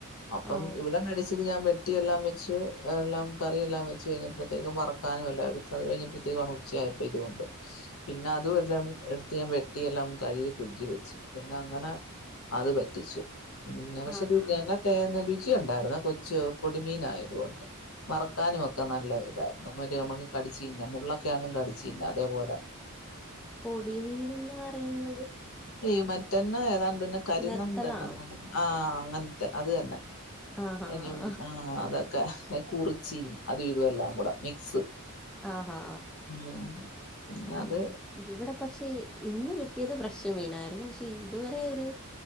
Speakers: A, on the left (about 70°); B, in the centre.
A: അപ്പം
B: ഔ
A: ഇവിടെ മെഡിസി ത് ഞാൻ വെട്ടിയെല്ലാം വെച്ച് എല്ലാം കറി എല്ലാം വെച്ച് കഴിഞ്ഞപ്പത്തേക്കു വറക്കാനു അല്ലാ എടുത്തത് കഴിഞ്ഞപ്പത്തേക്ക് ഉച്ചയായപ്പ ഇതുണ്ട് പിന്നെ അതു എല്ലാ എടുത്ത് ഞാൻ വെട്ടിയെല്ലാം കയ്കി ഫ്രിഡ്ജ് വെച്ച് പിന്നെ അങ്ങനെ അത് വറ്റിച്ചു <unintelligible>
B: ആഹാ
A: ച്ചി ഉണ്ടായിരുന്നെ കൊച്ചു പൊടിമീൻ ആയത് കൊണ്ട് വറക്കാനും ഒക്കെ നല്ല ഇതായി നമ്മ നമ്മക്ക് കടിച്ചീന്നാം മുള്ളക്കെയാണെ കടിച്ചീന്നാം അതേപോല
B: പൊടിമീനെന്ന് പറയുന്ന
A: ഈ മറ്റന്ന ഏതാണ്ട്ന്നെ കരിനന്ദന
B: നെത്തലാണോ
A: അങ്ങനെ ആഹ് അങ്ങനത്തെ അത് തന്നെ
B: ആഹാ
A: <unintelligible> ആഹ് അതെ ക്ക്ഹ കുറിച്ചിയും അതും ഇതും എല്ലാം കൂടെ മിക്സ്
B: ആ ഹാ
A: ഉം പിന്നെ
B: അങ്ങനെ
A: അത്
B: ഇവിടെ പക്ഷെ ഇന്ന് കിട്ടിയത് ഫ്രഷ് മീനാരുന്നു പക്ഷെ ഇതുവരെ ഒരു